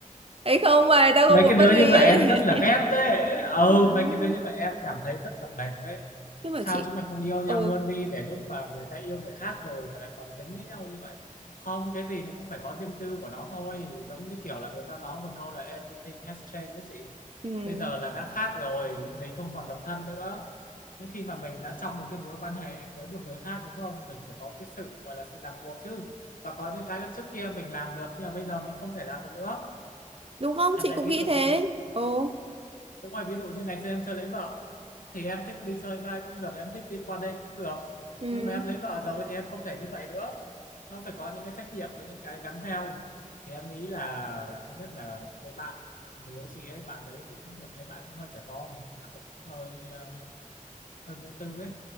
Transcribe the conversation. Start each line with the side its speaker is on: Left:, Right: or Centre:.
Right: Đấy không mà tao không
Left: mấy
Right: muốn
Left: cái
Right: mất
Left: đứa
Right: người
Left: như
Right: yêu
Left: vậy em
Right: như
Left: rất
Right: thế này.
Left: là ghét đấy
Right: <laughs>
Left: ừ mấy cái đứa như vậy em cảm thấy rất là mệt đấy
Right: Nhưng mà
Left: sao
Right: chị
Left: chúng mày không yêu nhau
Right: ừ,
Left: luôn đi để lúc mà người ta yêu người khác rồi mà lại còn dính lấy nhau như vậy không cái gì nó cũng phải có riêng tư của nó thôi giống như kiểu là người ta nói một câu là everything has changed đấy chị
Right: ừ.
Left: bây giờ là đã khác rồi mình không còn độc thân nữa nhưng khi mà mình đã trong một cái mối quan hệ với một người khác đúng không mình phải có cái sự gọi là sự ràng buộc chứ và có những cái là trước kia mình làm được nhưng mà bây giờ mình không thể làm được nữa
Right: Đúng không?
Left: em
Right: Chị
Left: lấy
Right: cũng
Left: ví
Right: nghĩ
Left: dụ
Right: thế.
Left: đi
Right: Ồ.
Left: Đúng rồi, ví dụ như ngày xưa em chưa lấy vợ thì em thích đi chơi vai cũng được, em thích đi qua đêm cũng được.
Right: Ừ.
Left: Nhưng mà em lấy vợ rồi thì em không thể như vậy nữa. Nó phải có những cái trách nhiệm với những cái gắn theo. Thì em nghĩ là thứ nhất là cái bạn người yêu chị ấy, bạn đấy cũng em thấy bạn cũng hơi trẻ con, bạn ấy cũng hơi ờ, hơi vô tư ấy,